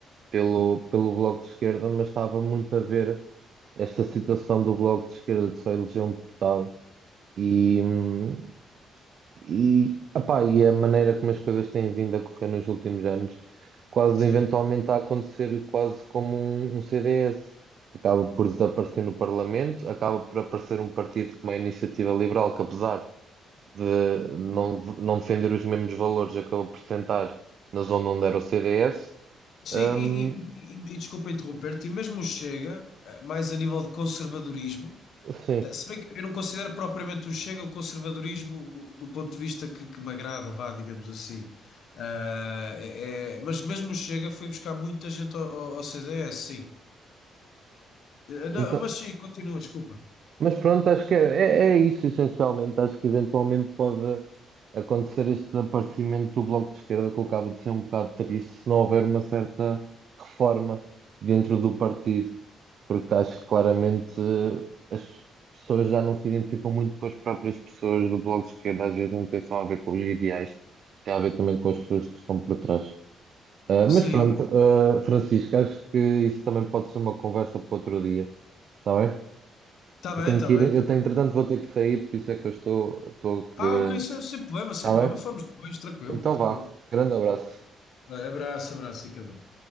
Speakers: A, on the right; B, on the left.
A: pelo, pelo Bloco de Esquerda, mas estava muito a ver esta situação do Bloco de Esquerda de só eleger um deputado e, hum, e, epá, e a maneira como as coisas têm vindo a correr nos últimos anos, quase
B: Sim.
A: eventualmente a acontecer quase como um, um CDS. Acaba por desaparecer no Parlamento, acaba por aparecer um partido como a Iniciativa Liberal, que apesar de não, não defender os mesmos valores, acabou por sentar na zona onde era o CDS.
B: Sim,
A: Hum,
B: e, e, e, e desculpa interromper-te, e mesmo o Chega, ah, mais a nível de conservadorismo,
A: sim.
B: ah, se bem que eu não considero propriamente o Chega o conservadorismo do, do ponto de vista que, que me agrada, vá, digamos assim. Ah, é- é- mas mesmo o Chega foi buscar muita gente ao, ao ao CDS, sim. Ah, não,
A: Então,
B: mas sim, continua, desculpa.
A: Mas pronto, acho que era- é, é isso essencialmente. Acho que eventualmente pode acontecer este desaparecimento do Bloco de Esquerda, que eu acabo de ser um bocado triste, se não houver uma certa reforma dentro do partido, porque acho que claramente eh, as pessoas já não se identificam muito com as próprias pessoas do Bloco de Esquerda, às vezes não tem só a ver com os ideais, tem a ver também com as pessoas que estão por trás. Ah,
B: Sim,
A: mas pronto, ah, Francisco, acho que isso também pode ser uma conversa para outro dia, está bem?
B: está bem,
A: Eu tenho
B: está
A: que
B: bem,
A: ir,
B: está
A: eu tenho,
B: bem.
A: entretanto vou ter que sair, por isso é que eu estou, estou a querer.
B: Ah, ok, sem, sem problema, sem
A: Está
B: problema.
A: bem?
B: Falamos depois, tranquilo,
A: Então
B: tranquilo.
A: vá. Grande abraço.
B: Não, abraço, abraço, fica bem.